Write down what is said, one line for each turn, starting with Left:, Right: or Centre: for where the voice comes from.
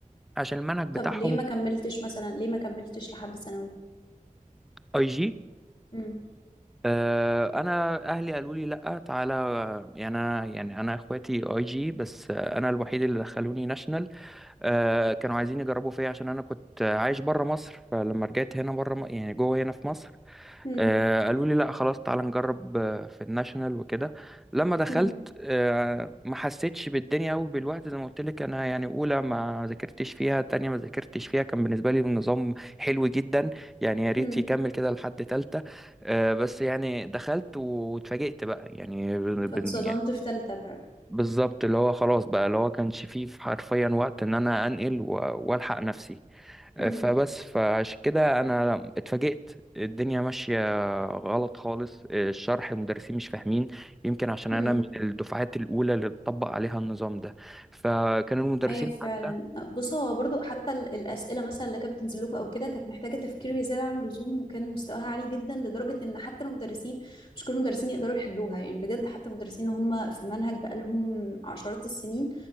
Centre: عشان المنهج بتاعهم
Left: طب ليه ما كملتش مثلا ليه ما كملتش لحد ثانوي
Centre: اي جي
Left: مم،
Centre: آه، انا اهلي قالوا لي لا تعالى يعني انا يعني انا اخواتي اي جي بس آه، انا الوحيد اللي دخلوني ناشونال آه، كانوا عايزين يجربوا فيا عشان انا كنت عايش بره مصر فلما رجعت هنا بره يعني جوه هنا في مصر
Left: مم،
Centre: آه، قالوا لي لا خلاص تعالى نجرب آه، في الناشونال وكده لما دخلت
Left: مم،
Centre: آه، ما حسيتش بالدنيا قوي بالوقت زي ما قلت لك انا يعني اولى ما ذاكرتش فيها تانية ما ذاكرتش فيها كان بالنسبه لي النظام حلو جدا يعني يا ريت
Left: مم.
Centre: يكمل كده لحد تالتة آه، بس يعني دخلت واتفاجئت بقى يعني بن-
Left: فاتصدمت
Centre: بن- يعني
Left: في تالتة بقى
Centre: بالظبط اللي هو خلاص بقى اللي هو كانش فيه حرفيا وقت ان انا انقل و- والحق نفسي
Left: هم.
Centre: فبس فعشان كده انا اتفاجئت الدنيا ماشيه غلط خالص الشرح المدرسين مش فاهمين يمكن عشان
Left: هم.
Centre: انا من الدفعات الاولى اللي اتطبق عليها النظام ده فكان المدرسين
Left: ايوه فعلا
Centre: حتى
Left: بص هو برضو حتى ال- الاسئله مثلا اللي كانت بتنزل لكم او كده كانت محتاجه تفكير زياده عن اللزوم وكان مستواها عالي جدا لدرجه ان حتى المدرسين مش كل المدرسين يقدروا يحلوها يعني بجد حتى المدرسين اللي هم في المنهج بقالهم عشرات السنين